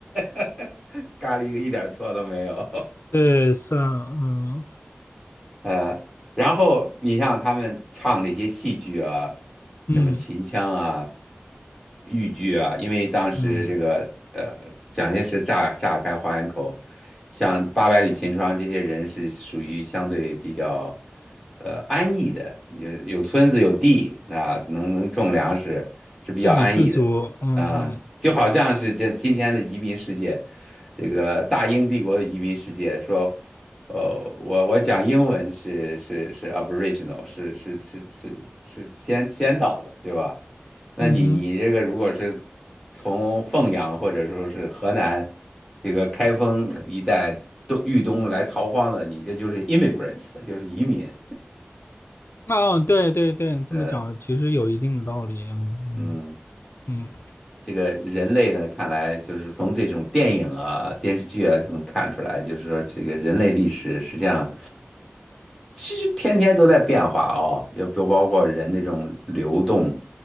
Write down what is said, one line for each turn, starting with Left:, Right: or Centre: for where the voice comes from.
Centre: <laughs> 咖喱个一点错都没有。
Left: 对，蒜，嗯
Centre: 呃，然后你像他们唱那些戏剧啊，什么秦腔啊、
Left: 嗯
Centre: 豫剧啊，因为当时这个呃，
Left: 嗯，
Centre: 蒋介石炸炸开花园口，像八百里秦川这些人是属于相对比较呃安逸的，有有村子有地，那能能种粮食是比较安逸的。
Left: 自给自足，嗯
Centre: 啊，
Left: 嗯
Centre: 就好像是这今天的移民世界，这个大英帝国的移民世界，说，呃，我我讲英文是是是 Aboriginal，是是是是是先先导的，对吧？那你你这个如果是从凤阳或者说是河南
Left: 嗯哼，
Centre: 这个开封一带东豫东来逃荒的，你这就是 immigrants，就是移民，
Left: 嗯，对对对，这么讲其实有一定的道理，
Centre: 呃
Left: 嗯
Centre: 嗯。
Left: 嗯
Centre: 这个人类呢，看来就是从这种电影啊、电视剧啊就能看出来，就是说这个人类历史实际上其实天天都在变化哦，要不包括人那种流动，